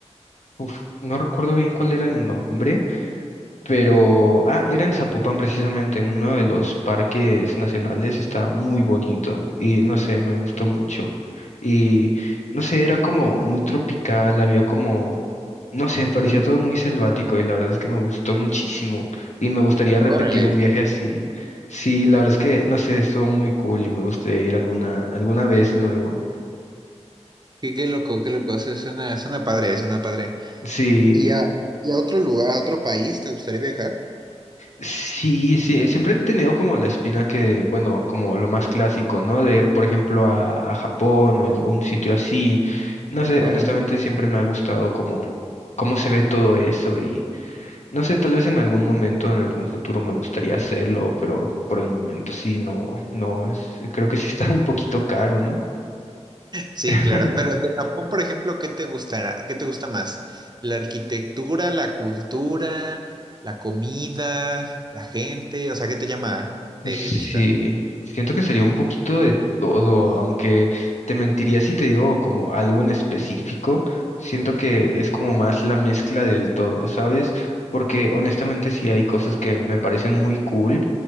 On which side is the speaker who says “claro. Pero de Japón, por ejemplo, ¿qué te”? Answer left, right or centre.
Right